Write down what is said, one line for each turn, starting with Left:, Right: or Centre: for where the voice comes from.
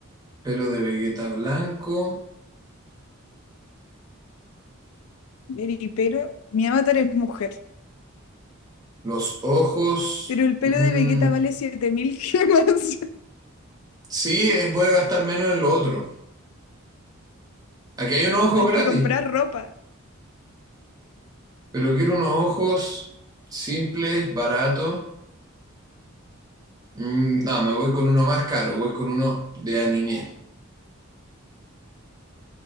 Right: Pelo de Vegeta blanco,
Left: Ver y pero. Mi avatar es mujer.
Right: los ojos.
Left: Pero el pelo
Right: mm,
Left: de Vegeta vale 7000 gemas. <laughs>
Right: sí, es- voy a gastar menos en lo otro. Aquí hay unos ojos
Left: Hay
Right: gratis,
Left: que comprar ropa.
Right: pero quiero unos ojos simples, baratos. Mm, no, me voy con uno más caro, voy con uno de anime.